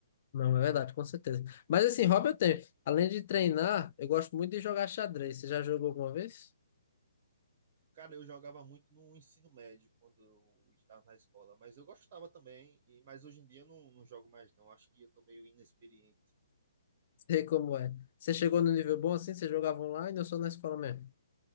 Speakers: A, on the left (about 45°); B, on the right (about 35°).
A: Não, é verdade, com certeza. Mas assim, hobby eu tenho. Além de treinar, eu gosto muito de jogar xadrez. Você já jogou alguma vez?
B: Cara, eu jogava muito no ensino médio quando eu estava na escola, mas eu gostava também, e, mas hoje em dia eu não, não jogo mais, não. Acho que eu tô meio inexperiente.
A: Sei como é. Você chegou no nível bom assim? Você jogava online ou só na escola mesmo?